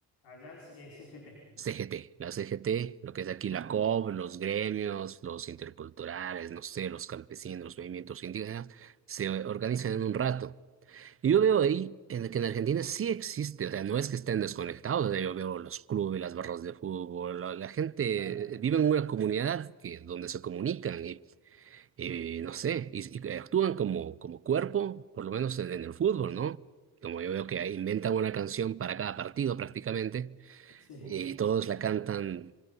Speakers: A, on the left (about 75°); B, on the right (about 30°).
A: allá es es CGT,
B: CGT, la CGT, lo que es aquí la COB, los gremios, los interculturales, no sé, los campesinos, los movimientos indígenas, se organizan en un rato. Y yo veo ahí en, que en Argentina sí existe, o sea, no es que estén desconectados, o sea, yo veo los clubes, las barras de fútbol, la, la gente
A: claro. ¿no?
B: vive en una comunidad que, donde se comunican y no sé, y, y actúan como, como cuerpo, por lo menos en, en el fútbol, ¿no? Como yo veo que inventan una canción para cada partido prácticamente,
A: Sí,
B: y todos la cantan,